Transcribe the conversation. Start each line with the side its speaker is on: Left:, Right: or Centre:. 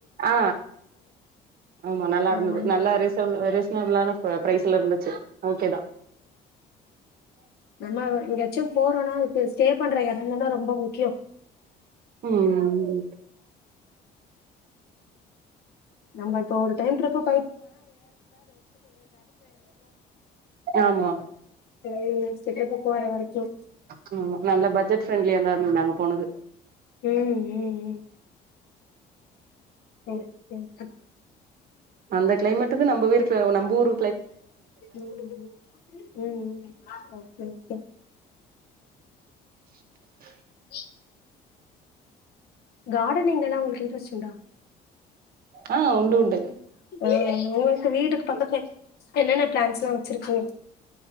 Right: ஆ ஆமா நல்லா இருந்தது
Left: ஆ.
Right: நல்லா ரீ ரீசனபிளான அ ப்ரைஸ்லா இருந்துச்சு ஓகேதா
Left: நம்ம எங்கயாச்சும் போறோனா ஸ்டே பண்ற எடம்தான் ரொம்ப முக்கியம்
Right: ம்
Left: நம்ம தோர் டைம் டிரிப்பு
Right: ஆமா
Left: உ செக்கப் போறவைக்கும்
Right: ஆமா நல்ல பட்ஜட்ஃப்ரெண்ட்லியா தான் இருந்தது நாங்க போனது <inaudible>
Left: ம் ம் ம் ம்
Right: அந்த கிளைமேட்டுக்கு நம்பயிர்க் த நம்பூர்
Left: உம் உம் ஓகே ஓகே
Right: <inaudible>
Left: <inaudible> கார்டனிங் எல்லா உங்களுக்கு இன்ட்ரெஸ்ட் உண்டா
Right: ஆ உண்டு உண்டு
Left: ம் உங்களுக்கு வீடுக்கு பக்கத்துல என்னன்ன பிளான்ட்ஸ்லா ச்சிருக்கு